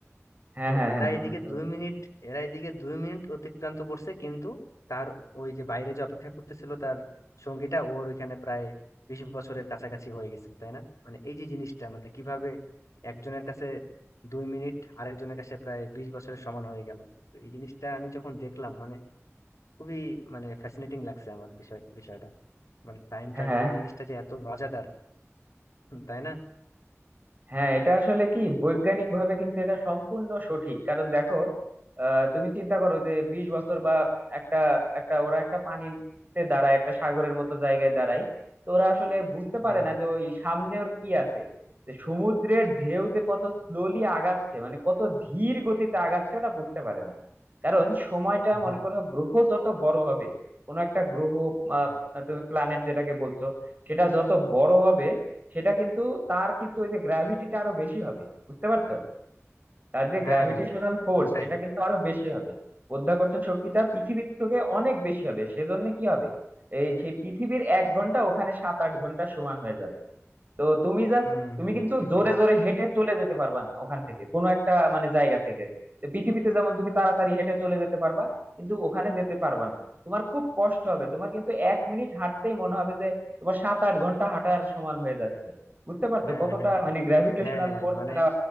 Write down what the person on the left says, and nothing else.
তো
এরা
এদিকে
দুই
মিনিট এরা এদিকে দুই মিনিট অতিক্রান্ত করছে কিন্তু তার ওই যে বাইরে যে অপেক্ষা করতেছিল তার সঙ্গীটা ওর ওইখানে প্রায় বিশ বছরের কাছাকাছি হয়ে গেছিল তাই না মানে এই যে জিনিসটা মানে কিভাবে একজনের কাছে দুই মিনিট আরেকজনের কাছে প্রায় বিশ বছরের সমান হয়ে গেল তো এই জিনিসটা আমি যখন দেখলাম মানে খুবই মানে ফ্যাসিনেটিং লাগছে আমার বিষয় বিষয়টা মানে টাইম
ট্রাভেলিং জিনিসটা যে এত মজাদার হুম, তাই না
হ্যাঁ
হ্যাঁ
হ্যাঁ
হ্যাঁ
হ্যাঁ,
ওটাই
হুম
হুম
ঠিক
বলছো
হ্যাঁ
হ্যাঁ হ্যাঁ
হ্যাঁ হ্যাঁ
মানে